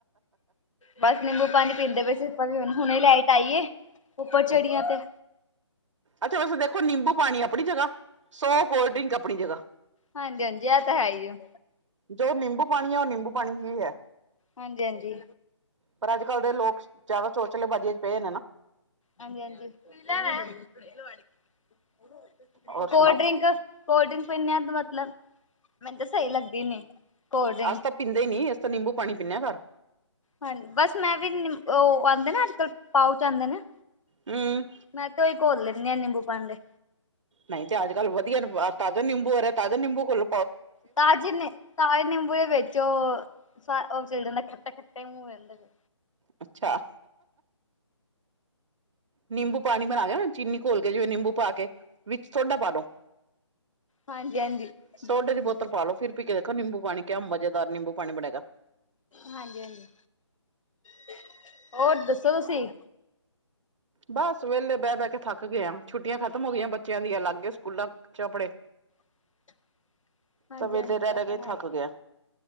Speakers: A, on the left; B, on the right.
A: ਬਸ ਨਿੰਬੂ ਪਾਣੀ ਪੀਂਦੇ ਪਏ ਸੀ, ਆਪਾਂ ਵੀ ਹੁਣੇ ਲਾਈਟ ਆਈ ਏ ਉੱਪਰ ਚੜੀਆਂ
B: ਅੱਚਾ।
A: ਤੇ
B: ਅੱਛਾ ਵੈਸੇ ਦੇਖੋ ਨਿੰਬੂ ਪਾਣੀ ਆਪਣੀ ਜਗ੍ਹਾ ਸੌ ਕੋਲਡ ਡਰਿੰਕ ਆਪਣੀ ਜਗ੍ਹਾ
A: ਹਾਂਜੀ ਹਾਂਜੀ ਇਹ ਤਾਂ ਹੈ ਹੀ ਆ।
B: ਜੋ ਨਿੰਬੂ ਪਾਣੀ ਐ ਓ ਨਿੰਬੂ ਪਾਣੀ ਹੀ ਐ।
A: ਹਾਜੀ-ਹਾਜੀ।
B: ਪਰ ਅੱਜ-ਕੱਲ੍ਹ ਦੇ ਲੋਕ ਜਾਦਾ ਚੋਚਲੇ ਬਾਜ਼ੀਆਂ ਚ ਪਏ ਨੇ ਨਾ
A: ਹਾਂਜੀ-ਹਾਂਜੀ <unintelligible>
B: ਹੋਰ
A: ਓ ਕੋਲਡ
B: ਸੁਣਾਓ
A: ਡਰਿੰਕ ਕੋਲਡ ਡਰਿੰਕ ਪੀਨੇ ਆ ਮਤਲਬ ਮੈਨੂੰ ਤਾਂ ਸਈ ਲੱਗਦੀ ਨੀ। ਕੋਲਡ ਡਰਿੰਕ
B: ਅਸੀ ਤਾਂ ਪੀਂਦੇ ਈ ਨੀ ਅਸੀਂ ਤਾਂ ਨਿੰਬੂ ਪਾਣੀ ਪੀਨੇ ਆ ਘਰ।
A: ਹਾਂਜੀ ਬਸ ਮੈਂ ਵੀ ਓ ਆਂਦੇ ਨਾ ਅੱਜ-ਕੱਲ੍ਹ ਪਾਓਚ ਆਉਂਦੇ ਨੇ
B: ਹਮ
A: ਮੈਂ ਤੇ ਓਹੀ ਘੋਲ ਲੈਂਦੀ ਆ ਨਿੰਬੂ ਪਾਣੀ ਦੇ
B: ਨਈ ਤੇ ਅੱਜ-ਕੱਲ ਵਧੀਆ ਨ ਤਾਜ਼ਾ ਨਿੰਬੂ ਆਰਿਆ ਤਾਜ਼ਾ ਨਿੰਬੂ ਘੋਲੋ
A: ਤਾਜੇ ਨੇ ਤਾਜੇ ਨਿੰਬੂ ਦੇ ਵਿਚ ਚ ਓ ਚਲ ਜਾਂਦਾ ਖੱਟੇ-ਖੱਟੇ ਮੂੰਹ ਹੋ ਜਾਂਦੇ ਨੇ
B: ਅੱਛਾ। ਨਿੰਬੂ ਪਾਣੀ ਬਣਾ ਗਿਆ ਨਾ ਚੀਨੀ ਘੋਲ ਕੇ ਜਿਵੇਂ ਨਿੰਬੂ ਪਾ ਕੇ ਵਿੱਚ ਸੋਡਾ ਪਾ ਦੋ।
A: ਹਾਂਜੀ ਹਾਂਜੀ
B: ਸੋਡੇ
A: ਬਿਲਕੁਲ
B: ਦੀ
A: ਬਿਲਕੁਲ
B: ਬੋਤਲ ਪਾ ਲੋ ਫਿਰ ਵੀ ‌ਪੀ ਕੇ ਖ ਨਿੰਬੂ ਪਾਣੀ ਕਿਆ ਮਜ਼ੇਦਾਰ ਨਿੰਬੂ ਪਾਣੀ ਬਣੇਗਾ।
A: ਹਾਂਜੀ-ਹਾਂਜੀ <unintelligible> ਹੋਰ ਦੱਸੋ ਤੁਸੀਂ?
B: ਬਸ ਵੇਲੇ ਬੈ-ਬੈ ਕੇ ਥੱਕ ਗਿਆ ਛੁੱਟੀਆਂ ਖਤਮ ਹੋ ਗਈਆਂ ਬੱਚਿਆਂ ਦੀਆਂ ਲੱਗੇ ਸਕੂਲਾਂ ਚੱਪੜੇ
A: <inaudible>
B: ਤਾਂ ਵੇੇਲੇ
A: ਹਾਂਜੀ
B: ਰੈ-ਰੈ
A: ਇਹ
B: ਕੇ
A: ਤਾਂ ਹੈ
B: ਥੱਕ
A: ਹੀ
B: ਗਿਆ ਆ